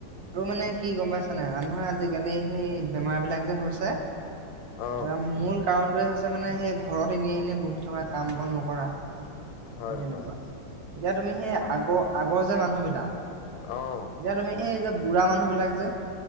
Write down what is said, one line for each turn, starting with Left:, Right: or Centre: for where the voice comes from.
Right: আৰু মানে কি গম পাইছ‌ নাই মানুহে আজিকালি সেই বেমাৰ বিলাক যে হৈছে
Left: অ',
Right: তাৰ মূল কাৰণটোৱে হৈছে মানে সেই ঘৰত এনে এনেই বহি থকা কাম বন নকৰা সেই
Left: হয়,
Right: তেনেকুৱা
Left: হয়,
Right: এতিয়া তুমি সেই আগৰ আগৰ যে মানুহবিলাক
Left: অ
Right: এতিয়া তুমি এই যে বুঢ়া মানুহ বিলাক যে